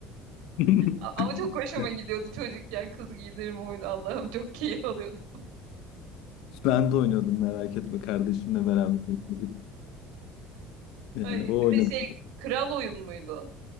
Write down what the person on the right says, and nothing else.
A- Ama çok hoşuma
gidiyordu çocukken kız giydirme oyunu Allah'ım çok <laughs> keyif alıyordum.
Ay,
bir
de şey kral oyun muydu?